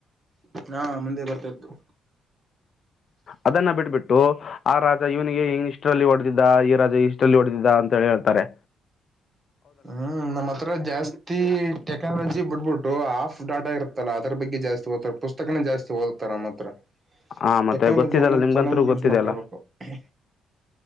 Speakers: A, on the right; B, on the left.
A: ಟಕ್ ಹಾ ಮುಂದೆ ಬರ್ತಾ ಇತ್ತು ತಿತಿತಿಸ್
B: ಅದನ್ನ ಬಿಟ್ಬಿಟ್ಟು ಆ ರಾಜ ಇವನಿಗೆ ಹಿಂಗ್ ಇಷ್ಟರಲ್ಲಿ ಹೊಡೆದಿದ್ದ ಈ ರಾಜ ಇಷ್ಟರಲ್ಲಿ ಹೊಡೆದಿದ್ದ ಅಂತ ಹೇಳಿ ಹೇಳ್ತಾರೆ ರೆ
A: ಹ್ಹ ಹ ನಮ್ಮ ಹತ್ರ ಜಾಸ್ತಿ ಟೆಕ್ನಾಲಜಿ ಬಿಟ್ಬಿಟ್ಟು ಆಫ ಡಾಟಾ ಇರುತ್ತಲ್ಲ ಅದ್ರ ಬಗ್ಗೆ ಜಾಸ್ತಿ ಓದತಾರೆ ಪುಸ್ತಕನ ಜಾಸ್ತಿ ಓದತ್ತಾರ ನಮ್ಮ ಹತ್ರ ಹ್ಹಿ
B: ಹಾಂ ಮತ್ತೆ
A: ಟೆಕ್ನಾಲಜಿಯನ್ನ
B: ಗೊತ್ತಿದೆಯಲ್ಲ ನಿಮ್ಗಂತೂ
A: ಚೆನ್ನಾಗಿ ಯೂಸ್
B: ಗೊತ್ತಿದೆಯಲ್ಲ
A: ಮಾಡ್ಕೋಬೇಕು ಖ್ಖ